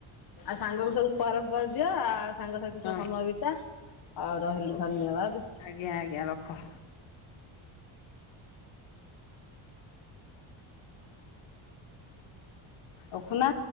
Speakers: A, on the left; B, on the left.
A: ଆଉ ସାଙ୍ଗ ବି ସବୁ ପରହରଫର ଦିଅ ଆଉ, ସାଙ୍ଗ ସହିତ
B: ହଁ
A: ସବୁ ସମୟ ବିତା ଆଉ ରହିଲି
B: ହଉ
A: ଧନ୍ୟବାଦ।
B: ରଖ। ଆଜ୍ଞା ଆଜ୍ଞା ରଖ। ରଖୁନା।